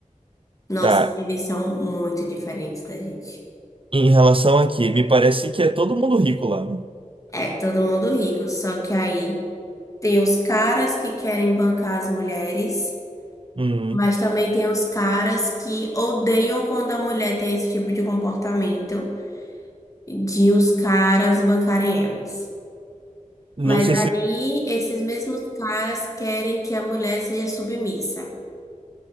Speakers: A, on the left; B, on the right.
A: Nossa,
B: Tá.
A: eles são muito diferentes da gente.
B: Em relação aqui, me parece que é todo mundo rico lá, né?
A: É, todo mundo rico, só que aí tem os caras que querem bancar as mulheres,
B: Hum,
A: mas também tem os caras que odeiam quando a mulher tem esse tipo de comportamento de os caras bancarem elas.
B: não
A: Mas
B: sei se.
A: aí esses mesmos caras querem que a mulher seja submissa.